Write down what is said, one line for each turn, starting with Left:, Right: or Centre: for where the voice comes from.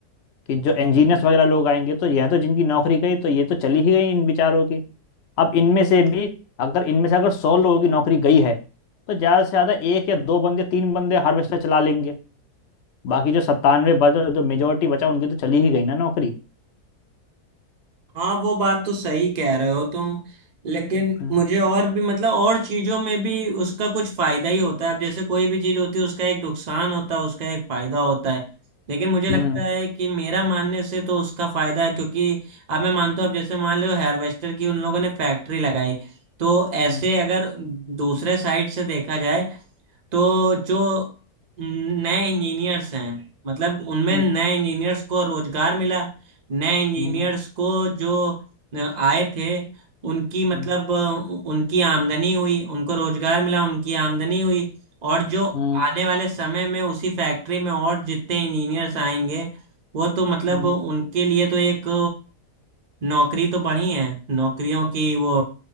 Left: कि जो इंजीनियर्स वगैरह लोग आएंगे तो ये तो जिनकी नौकरी गई तो ये तो चली ही गई इन बेचारों की अब इनमें से भी अगर इनमें से अगर सौ लोगों की नौकरी गई है तो ज़्यादा से ज़्यादा एक या दो बंदे तीन बंदे हार्वेस्टर चला लेंगे बाकी जो सत्तानवे बचा जो मेजोरिटी बचा उनकी तो चली ही गई ना नौकरी
Right: हाँ वो बात तो सही कह रहे हो तुम लेकिन
Left: हम्म
Right: मुझे और भी मतलब और चीजों में भी उसका कुछ फायदा ही होता है अब जैसे कोई भी चीज होती है उसका एक नुकसान होता है उसका एक फायदा होता है लेकिन मुझे लगता
Left: हम्म
Right: है कि मेरा मानने से तो उसका फायदा है क्योंकि अब मैं मानता हूँ अब जैसे मान लो हार्वेस्टर की उन लोगों ने फैक्ट्री लगाई तो ऐसे
Left: हम्म
Right: अगर दूसरे साइड से देखा जाए तो जो नए इंजीनियर्स हैं मतलब उनमें
Left: हम्म
Right: नए इंजीनियर्स को रोजगार मिला नए इंजीनियर्स
Left: हम्म
Right: को जो आए थे उनकी मतलब
Left: हम्म,
Right: उनकी आमदनी हुई उनको रोजगार मिला उनकी आमदनी हुई और जो
Left: हम्म,
Right: आने वाले समय में उसी फैक्ट्री में और जितने इंजीनियर्स आएंगे वो तो मतलब
Left: हम्म।
Right: उनके लिए तो एक नौकरी तो बढ़ी है नौकरियों की वो